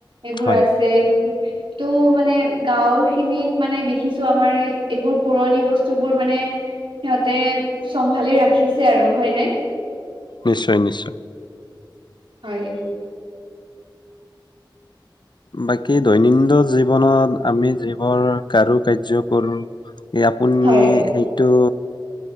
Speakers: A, on the right (about 85°); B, on the left (about 65°).
A: এইবোৰ
B: হয়
A: আছে। টো মানে গাঁওখিনিত মানে দেখিছোঁ আমাৰ এইবোৰ পুৰণি বস্তুবোৰ মানে সিহঁতে চম্ভালি ৰাখিছে আৰু হয়নে?
B: নিশ্চয়, নিশ্চয়।
A: হয়।
B: বাকী, দৈনিন্দন জীৱনত আমি যিবোৰ কাৰুকাৰ্য্য কৰোঁ, এ আপুনি
A: হয়।
B: সেই টো